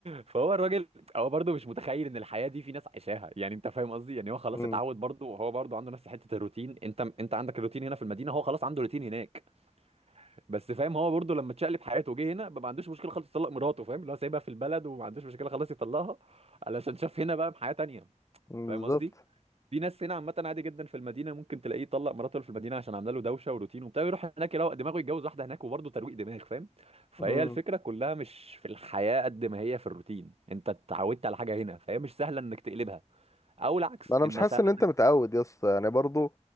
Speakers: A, on the right; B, on the left.
A: فهو الراجل هو برضه مش متخيل ان الحياه دي في ناس عايشاها يعني انت فاهم قصدي يعني هو خلاص
B: امم
A: اتعود برضه وهو برضه عنده نفس حته الروتين انت انت عندك الروتين هنا في المدينه هو خلاص عنده روتين هناك بس فاهم هو برضه لما اتشقلب حياته وجه هنا بقى ما عندوش مشكله خالص يطلق مراته فاهم اللي هو سايبها في البلد وما عندوش مشكله خلاص يطلقها علشان شاف هنا بقى حياه تانيه
B: بالظبط
A: فاهم قصدي في ناس هنا عامة عادي جدا في المدينة ممكن تلاقيه طلق مراته اللي في المدينة عشان عاملة له دوشة وروتين وبتاع يروح هناك يروق دماغه يتجوز واحدة هناك وبرضه ترويق دماغ فاهم فهي
B: مم.
A: الفكرة كلها مش في الحياة قد ما هي في الروتين انت اتعودت على حاجة هنا فهي مش سهلة انك تقلبها او العكس
B: انا
A: انها
B: مش حاسس
A: سهلة
B: ان انت متعود يا اسطى يعني برضو